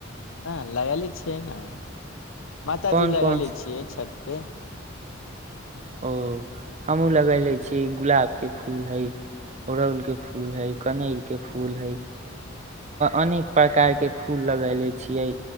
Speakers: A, on the left; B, on the right.
A: हँ लगली छै ने माताजी
B: कोन
A: लगेले
B: कोन
A: छियै छथि से
B: ओ हमहूँ लगले छीियै गुलाब के फूल हे अड़ौल के फूल हे कनर के फूल हे अनेक प्रकार के फूल लगैले छियै